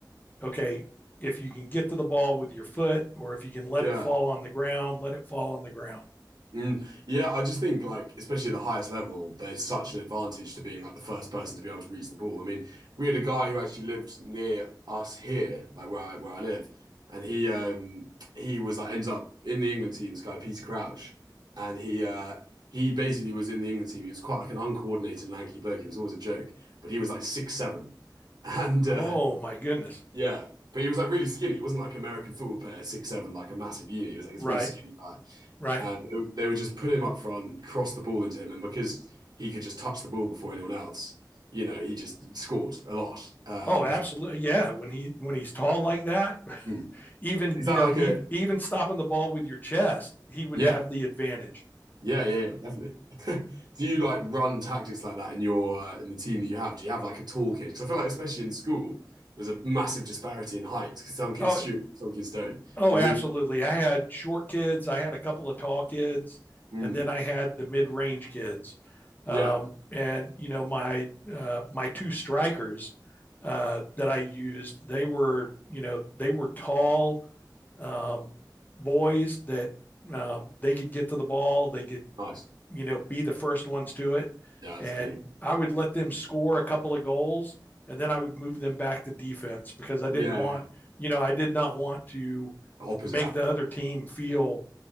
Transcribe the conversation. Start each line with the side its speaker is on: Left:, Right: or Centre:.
Left: okay if you can get to the ball with your foot or if you can let
Right: yeah.
Left: it fall on the ground, let it fall on the ground.
Right: Mm, yeah, I just think like especially at the highest level, there's such an advantage to being like the first person to be able to reach the ball. I mean, we had a guy who actually lived near us here, like where I where I live, and he um he was like ends up in the England team. This guy Peter Crouch, and he uh he basically was in the England team. He was quite like an uncoordinated lanky bloke. It was always a joke, but he was like six seven, <laughs> and uh
Left: Oh my goodness!
Right: yeah, but he was like really skinny. He wasn't like American football player six seven like a massive unit. He was like this
Left: Right,
Right: really skinny guy
Left: right
Right: and they they would just put him up front, cross the ball into him, and because he could just touch the ball before anyone else, you know, he just scored a lot. Uh,
Left: Oh,
Right: which
Left: absolutely. Yeah, when he when he's tall like that,
Right: Hmm.
Left: even
Right: is
Left: you
Right: that
Left: know,
Right: like
Left: ev-
Right: a
Left: even stopping the ball with your chest, he would
Right: yeah,
Left: have the advantage.
Right: yeah, yeah, yeah, definitely. <laughs> Do you like run tactics like that in your uh, in the team that you have? Do you have like a tall kid? Because I feel like especially in school, there's a massive disparity in height. 'Cause some kids
Left: Oh,
Right: shoot, some kids don't.
Left: oh,
Right: You
Left: absolutely.
Right: know, maybe.
Left: I had short kids, I had a couple of tall kids,
Right: Hmm.
Left: and then I had the mid-range kids. Um,
Right: Yeah,
Left: and you know, my uh, my two strikers uh, that I used, they were you know they were tall um, boys that um, they could get to the ball, they could,
Right: nice.
Left: you know, be the first ones to it.
Right: Yeah,
Left: And
Right: that's key.
Left: I would let them score a couple of goals and then I would move them back to defense because I didn't
Right: Yeah,
Left: want,
Right: yeah. yeah.
Left: you know, I did not want to
Right: Opposite
Left: make
Right: happening.
Left: the other team feel,